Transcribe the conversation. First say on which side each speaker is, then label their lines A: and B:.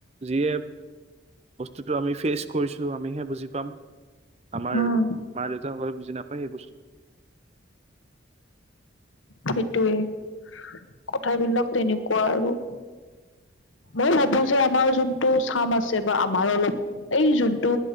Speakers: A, on the right (about 35°); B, on the left (about 85°).
A: যিয়ে বস্তুটো আমি ফেইচ কৰিছো আমিহে বুজি পাম আমাৰ
B: উম
A: মা দেউতাসকলে বুজি নাপায় এই বস্তু
B: সেইটোৱে কথাবিলাক তেনেকুৱা আৰু মই ভাবো যে আমাৰ যোনটো চাম আছে বা আমাৰ অলপ এই যোনটো